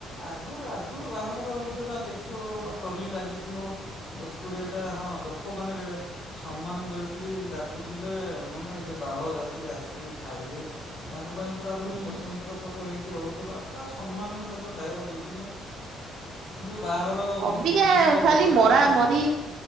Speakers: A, on the left; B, on the right.
A: ଆଗରୁ ଆଗରୁ ବାହାଘର ହଉଥିଲା ଦେଖିବ ଟଲି ଲାଗିଥିବ ଦଶ କୋଡିଏଟା ହଁ ଲୋକମାନେରେ ସମ୍ମାନ ଦେଇକରି ଡାକୁଥିଲେ ମାନେ ଯେ ବାରଯାତ୍ରୀ ଆସିବେ ଖାଇବେ ତାଙ୍କ ପାଇଁ ପ ପା ମାନେ
B: ହୁଁ
A: ସ୍ଵତନ୍ତ୍ର ସବୁ ହେଇକି ରହୁଥିଲା ପୁରା ସମ୍ମାନର ସହ ରେ ତ ଖାଇବାକୁ ଦେଉଥିଲେ ଯୋଉ ବାହାଘର ଆଉ
B: ଅବିକା
A: ନିଜେ ନିଜେ
B: ଖାଲି
A: ବଜେଇ
B: ମରା
A: ଯାଉଥିଲେ।
B: ମରି